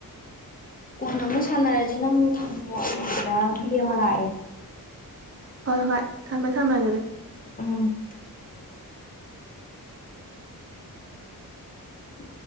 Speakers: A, on the left; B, on the right.
A: ꯀꯣꯟꯅ ꯑꯃꯨꯛ ꯁꯥꯟꯅꯔꯖꯦ ꯅꯪ ꯊꯝꯃꯣ ꯑꯩ ꯁꯤꯗ ꯃꯤ ꯑꯃ ꯂꯥꯛꯑꯦ
B: ꯍꯣꯏ ꯍꯣꯏ ꯊꯝꯃꯦ ꯊꯝꯃꯦ ꯑꯗꯨꯗꯤ
A: ꯎꯝ ꯎ